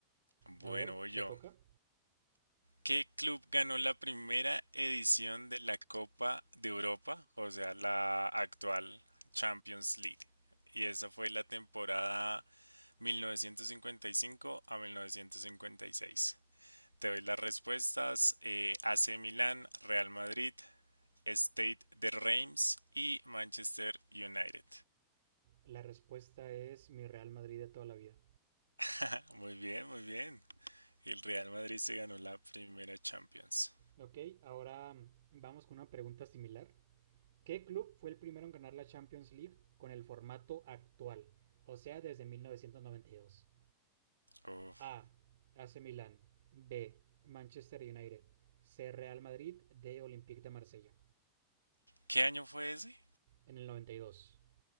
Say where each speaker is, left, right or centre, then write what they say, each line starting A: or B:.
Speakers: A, on the right; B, on the right.
A: A
B: Bueno,
A: ver,
B: voy
A: te
B: yo.
A: toca.
B: ¿Qué club ganó la primera edición de la Copa de Europa, o sea, la actual Champions League? Y esa fue la temporada 1955 a 1956. Te doy las respuestas. eh, AC Milán, Real Madrid, State de Reims y Manchester United.
A: La respuesta es mi Real Madrid de toda la vida.
B: <laughs> Muy bien, muy bien. El Real Madrid se ganó la primera Champions.
A: Ok, ahora vamos con una pregunta similar. ¿Qué club fue el primero en ganar la Champions League con el formato actual? O sea, desde 1992?
B: Uf.
A: A. A. AC Milán. B. Manchester United. C. Real Madrid. D. Olympique de Marsella.
B: ¿Qué año fue ese?
A: En el 92.